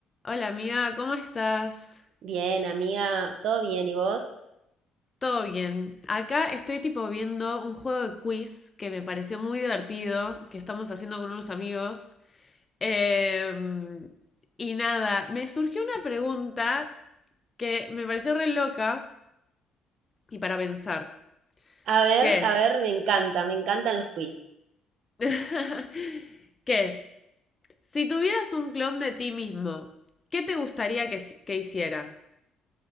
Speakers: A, on the left (about 30°); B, on the right (about 70°).
A: Hola amiga, ¿cómo estás?
B: Bien, amiga, todo bien, ¿y vos?
A: Todo bien. Acá estoy tipo viendo un juego de quiz que me pareció muy divertido, que estamos haciendo con unos amigos. Eh, y nada, me surgió una pregunta que me pareció re loca y para pensar.
B: A ver,
A: ¿Qué es?
B: a ver, me encanta, me encantan los quiz.
A: <laughs> ¿Qué es? Si tuvieras un clon de ti mismo, ¿qué te gustaría que, que hiciera?